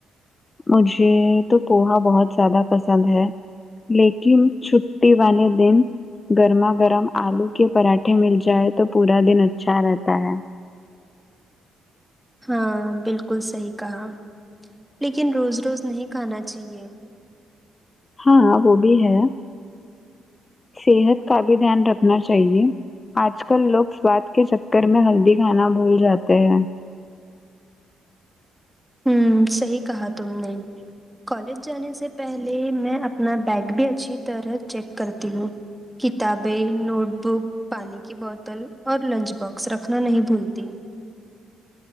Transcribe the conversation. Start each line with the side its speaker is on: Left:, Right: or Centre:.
Left: مجھے تو پوہا بہت زیادہ پسند ہے لیکن چھٹی والے دن گرما گرم آلو کے پراٹھے مل جائے تو پورا دن اچھا رہتا ہے
Centre: ہاں بالکل صحیح کہا لیکن روز روز نہیں کھانا چاہیے
Left: ہاں وہ بھی ہے صحت کا بھی دھیان رکھنا چاہیے آج کل لوگ سواد کے چکر میں ہلدی کھانا بھول جاتے ہیں
Centre: ہوں صحیح کہا تم نے کالج جانے سے پہلے میں اپنا بیگ بھی اچھی طرح چیک کرتی ہوں کتابیں نوٹ بک پانی کی بوتل اور لنچ باکس رکھنا نہیں بھولتی